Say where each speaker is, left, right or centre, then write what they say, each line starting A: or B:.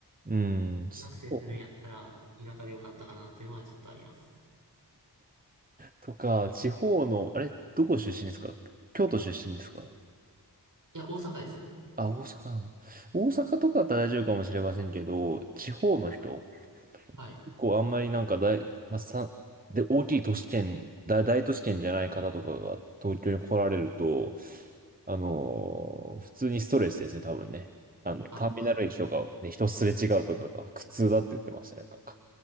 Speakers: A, on the right; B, on the right.
A: うーん、
B: 大学生するんやったら田舎でよかったかなっていうのはちょっとあります。
A: そう。とか、地方の、あれ、どこ出身ですか京都出身ですか
B: いや、大阪ですね。
A: あ、大阪なの。大阪とかだったら大丈夫かもしれませんけど、地方の人
B: はい。
A: 構あんまりなんか大、まあ、さん、で、大きい都市圏、大、大都市圏じゃない方とかが東京に来られると、あのー普通にストレスですね、多分ね。あの、
B: あ、
A: ターミナル駅とかをね、
B: まあ、
A: 人すれ違うとかが苦痛だって言ってましたね、なんか。